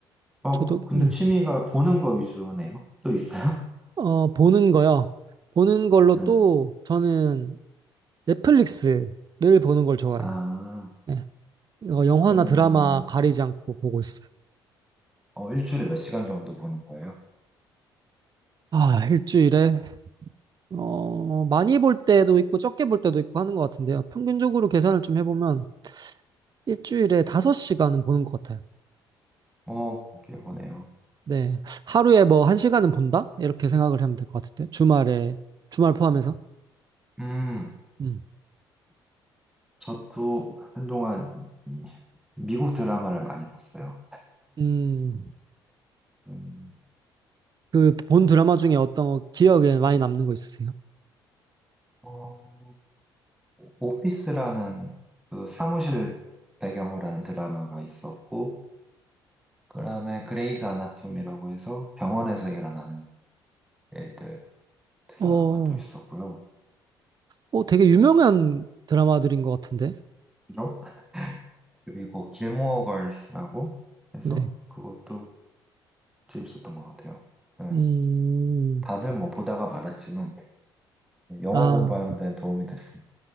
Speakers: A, in the centre; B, on the right.
A: 어,
B: 저도
A: 근데
B: 음,
A: 취미가 보는 거 위주네요. 또 있어요? <laughs>
B: 어, 보는 거요. 보는 걸로
A: 음.
B: 또 저는 넷플릭스를 보는 걸 좋아해요.
A: 아,
B: 네, 이거 영화나
A: 그러면은
B: 드라마 가리지 않고 보고 있어요.
A: 어, 일주일에 몇 시간 정도 보는 거예요?
B: 아, 일주일에 어, 많이 볼 때도 있고 적게 볼 때도 있고 하는 것 같은데요. 평균적으로 계산을 좀 해보면 일주일에 5시간은 보는 것 같아요.
A: 어, 그렇게 보네요.
B: 네. 하루에 뭐 1시간은 본다? 이렇게 생각을 하면 될 것 같은데. 주말에, 주말 포함해서.
A: 음,
B: 음.
A: 저도 한동안 이 미국 드라마를 많이 봤어요.
B: 음,
A: 음, 음,
B: 그 본 드라마 중에 어떤 기억에 많이 남는 거 있으세요?
A: 어, 오피스라는 그 사무실 배경으로 하는 드라마가 있었고, 그다음에 그레이스 아나토미라고 해서 병원에서 일어나는 일들 드라마도
B: 어,
A: 있었고요.
B: 어, 되게
A: 음,
B: 유명한 드라마들인 것 같은데.
A: 그죠? 그리고 길모어 걸스라고 해서
B: 네.
A: 그것도 재밌었던 것 같아요. 네.
B: 음,
A: 다들 뭐 보다가 말았지만 영어
B: 아,
A: 공부하는 데는 도움이 됐습니다.